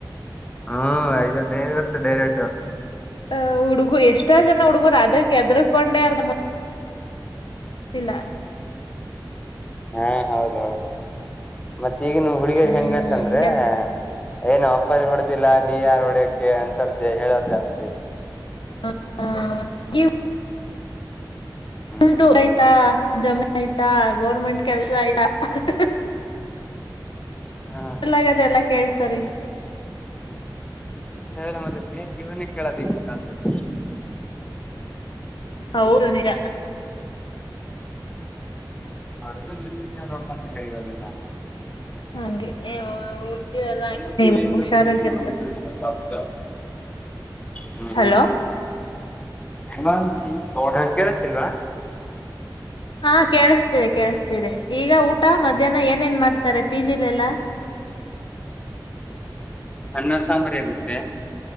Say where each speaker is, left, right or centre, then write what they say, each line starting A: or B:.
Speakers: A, on the left; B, on the left.
A: ಹಾ ಯದ ಡೇರೆ ವರ್ಷ ಡೇರೆ ಆಟು
B: ಅ ಹುಡುಗು ಎಷ್ಟ ಜನ ಹುಡುಗರು ಅದಕ್ಕೆ ಎದ್ರಕೊಂಡೆ ಅಾರ ಇಲ
A: ಹಾ ಹೌದ ಹೌದು ಮತ್ತ ಈಗನು ಹುಡುಗಿಯರಿ
B: ಹ್ಮ್
A: ಹೆಂಗಂತಂದ್ರೆ ಏನು ಅಪ್ಪಲ್ಲಿ ಹೊಡೆ್ದಿಲ್ಲ ನೀ ಯಾರು ಹೊಡ್ಯಕ್ಕೆೆ ಅಂತಾರ್ದ ಹೇಳೋಾರ ಜಾಸ್ತಿ
B: ಹ ಹ
A: ಹ್ಮ್
B: ಉಂಟು ಆಯ್ತಾ ಜಮ ಆಯ್ತಾ ಗೌರ್ಮೆಂಟ್ ಕೆಲ್ಸ ಆಯ್ತಾ <unintelligible>
A: ಹಾ
B: ಚಲಾಗದೆ ಎಲ್ಲ ಕೇಳ್ತರಿ
A: ಇಂತ ಎಲ್ಲ ಮತ್ತೆ ಮೇನ್ ಇವನೇ ಕೇಳದು ಈಗಿನ ಕಾಲದಲ್ಲಿ
B: ಹೌದು ನಿಜ
A: ಅವರೆಲ್ಲ ನಿ ನೋಡ್ಕೊಂತ ಇವಾಗೆಲ್ಲ
B: ಹಂಗೆ ಹುಡ್ಗಿರೆಲ್ಲ
A: ಮಲವ
B: ಹುಷಾರಾಗಿರ್ಬೇಕು
A: ಮ್ಯಸಿಯ ಕಟ್ಟಿ ಕ ಹ್ಮ್
B: ಹಲೋ
A: ಹ್ಮ ಹೆಂಗ ತೋಡ ಹಕಸಲ್ವಾ
B: ಹಾ ಕೇಳಿಸ್ತಿದೆ ಕೇಳಿಸತಿದೆ ಈಗ ಊಟ ಮ ಜನ ಏನೇನ್ ಮಾಡ್ತಾರೆ ಪಿ ಜಿಲೆಲ್ಲ
A: ಹನ್ನರ್ ಸಾಂಬಾರು ಇರುತ್ತೆ